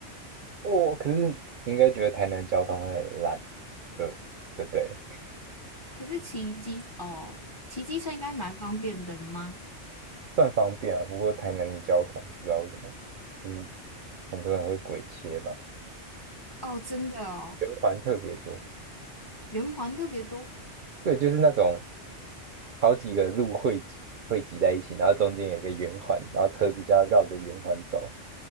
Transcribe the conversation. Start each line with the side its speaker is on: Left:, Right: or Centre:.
Right: 哦，可是你应该觉得台南的交通会很烂，就对对，
Left: <laughs> 可是骑机哦，骑机车应该蛮方便的吗？
Right: 算方便啊。不过台南的交通不知道为什么，就是很多人会鬼切吧，
Left: 哦，真的哦，
Right: 圆环特别多。
Left: 圆环特别多，
Right: 对，就是那种好几个路汇集汇集在一起，然后中间有一个圆环，然后车子就要绕着圆环走，